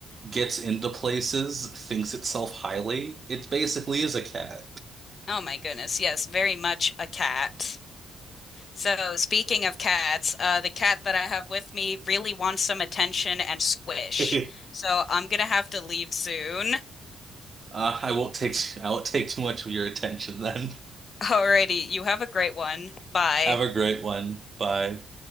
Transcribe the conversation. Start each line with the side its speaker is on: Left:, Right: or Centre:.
Right: gets into places, thinks itself highly. It basically is a cat.
Left: Oh my goodness. Yes, very much a cat. So, speaking of cats, uh, the cat that I have with me really wants some attention and squish.
Right: <laughs>
Left: So, I'm gonna have to leave soon.
Right: Uh, I won't take I won't take too much of your attention then.
Left: <laughs> Alrighty, you have a great one. Bye.
Right: Have a great one. Bye.